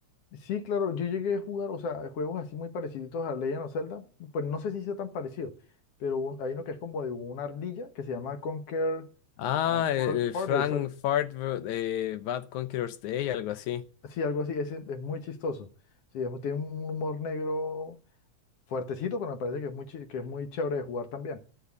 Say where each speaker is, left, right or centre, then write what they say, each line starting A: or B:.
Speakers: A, on the left; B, on the left.
A: Sí, claro, yo llegué a jugar, o sea, juegos así muy parecidos a Legend of Zelda, pues no sé si sea tan parecido, pero un- hay uno que es como de una ardilla que se llama Conquer
B: Ah,
A: uh,
B: el,
A: For-
B: el
A: Fortress,
B: Frank
A: al-
B: Fart eh, Bad Conqueror's Day, algo así.
A: sí, algo así, ese es muy chistoso. Sí, es- tiene un humor negro fuertecito, pero me parece que es muy, chi- que es muy chévere de jugar también.